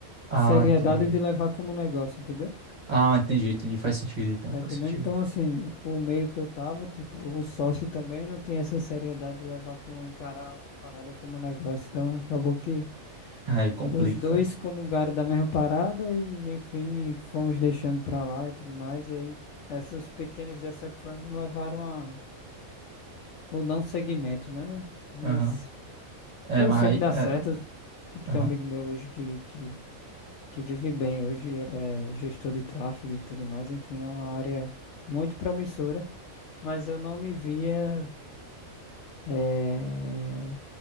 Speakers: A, on the right; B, on the left.
A: Ah,
B: seriedade
A: entendi.
B: de levar como negócio, entendeu?
A: Ah, entendi, entendi. Faz sentido então,
B: Tá
A: faz
B: entendendo?
A: sentido.
B: Então, assim, o meio que eu tava, tipo, o sócio também não tinha essa seriedade de levar como encarar a parada como negócio. Então, acabou que
A: Aí complica,
B: os dois
A: cara.
B: comungaram da mesma parada e, enfim, fomos deixando pra lá e tudo mais. E aí, essas pequenas decepções nos levaram a o não seguimento, né? Mas
A: Aham. É,
B: eu
A: mas
B: sei
A: aí.
B: que dá
A: é,
B: certo.
A: é,
B: Tipo, tem
A: Aham.
B: um amigo meu hoje que, que, que vive bem hoje, ele é gestor de tráfego e tudo mais. Enfim, é uma área muito promissora. mas eu não me via eh,